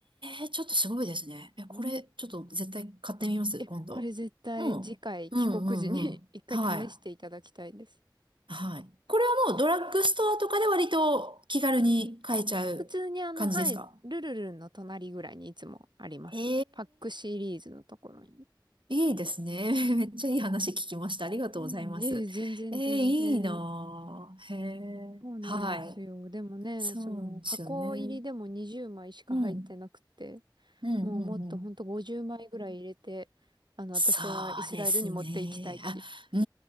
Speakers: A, on the right; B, on the right.
A: えちょっとすごいですね。え、これ、
B: 本当に
A: ちょっと絶対買ってみます、今度。
B: これ絶対次回帰国時に
A: うん。うんうんうん。
B: <laughs> 一回試していただきたいです。
A: はい。はい。これはもうドラッグストアとかで割と気軽に買えちゃう感じですか
B: 普通にあの、はい、ルルルンの隣ぐらいにいつもあります。
A: ええ
B: パックシリーズのところに。
A: いいですね。<laughs> めっちゃいい話聞きました。ありがとうございます。
B: うん、ええ、全然全然。
A: ええいいなぁ。へえ。
B: そうなんですよ。
A: はい。
B: でもね、
A: そうですよね。
B: その箱入りでも20枚しか入ってなくて。
A: うん。うんうんうん。
B: もうもっとほんと50枚ぐらい入れて、あの、
A: そうですね。
B: 私はイスラエルに持っていきたいっていう。
A: あ、う